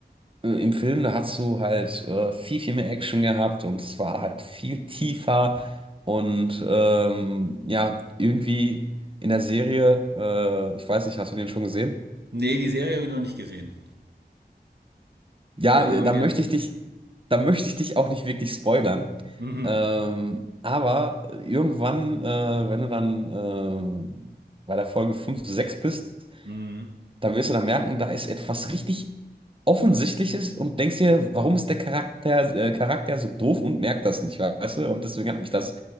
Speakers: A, on the right; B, on the right.
A: äh, im Film, da hast du halt äh, viel, viel mehr Action gehabt und es war halt viel tiefer und ähm, ja, irgendwie in der Serie, äh, ich weiß nicht, hast du den schon gesehen?
B: Nee, die Serie habe ich noch nicht gesehen.
A: Ja,
B: Würde ich
A: äh,
B: aber
A: da
B: gerne
A: möchte
B: mal.
A: ich dich, da möchte ich dich auch nicht wirklich spoilern.
B: <laughs> Mhm.
A: Ähm, aber irgendwann, äh, wenn du dann ähm, bei der Folge 5 6 bist,
B: Mhm.
A: da wirst du dann merken, da ist etwas richtig Offensichtliches und denkst dir, warum ist der Charakter, äh, Charakter so doof und merkt das nicht, weißt du? Und deswegen hat mich das